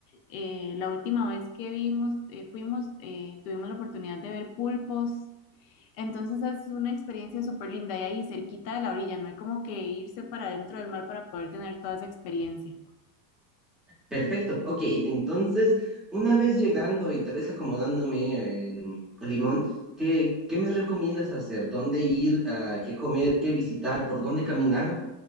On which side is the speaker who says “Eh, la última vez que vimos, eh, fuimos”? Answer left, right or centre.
Left